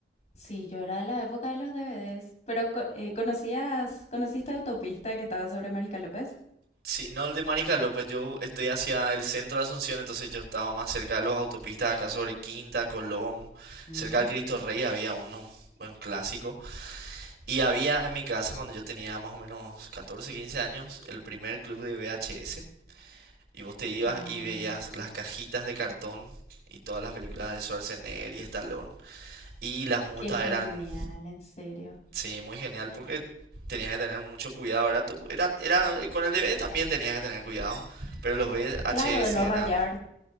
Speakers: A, on the left; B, on the right.
A: Sí, yo era de la época de los DVDs. Pero co- eh, ¿conocías, conociste Autopista que estaba sobre Mariscal López?
B: Sí, no el de Mariscal López, yo estoy hacia el centro de Asunción, entonces yo estaba más cerca de los autopistas acá sobre Quinta, Colón,
A: Ah,
B: cerca del Cristo Rey había uno, un clásico. Y había en mi casa, cuando yo tenía más o menos 14 15 años, el primer club de VHS. Y vos te ibas
A: Wow,
B: y veías las cajitas de cartón y todas las películas de Schwarzenegger y Stallone. Y las multas
A: qué genial,
B: eran,
A: en serio.
B: sí, muy genial porque tenías que tener mucho cuidado. Era, tu- era, era, con el DVD también tenías que tener cuidado. Pero los VHS
A: Claro, de no
B: eran,
A: rayar.